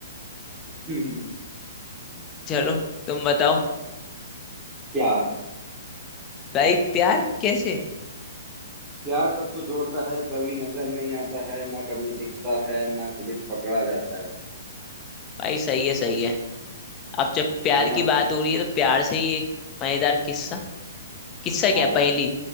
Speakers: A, on the right; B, on the left.
A: <laughs>
B: चलो तुम बताओ
A: प्यार
B: भाई प्यार कैसे
A: प्यार सबको जोड़ता है कभी नजर नहीं आता है ना कभी दिखता है ना कभी पकड़ा जाता है
B: भाई सही है सही है अब जब प्यार
A: है ना
B: की बात हो रही है तो प्यार से ही एक मजेदार किस्सा किस्सा क्या
A: हाँ हाँ
B: पहेली